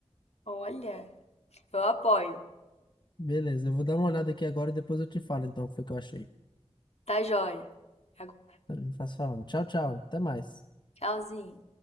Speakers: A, on the left (about 70°); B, on the left (about 40°).
A: Olha, eu apoio.
B: Beleza, eu vou dar uma olhada aqui agora e depois eu te falo então o que foi que eu achei.
A: Tá joia. Agora,
B: Eu faço falando. Tchau, tchau. Até mais.
A: Tchauzinho.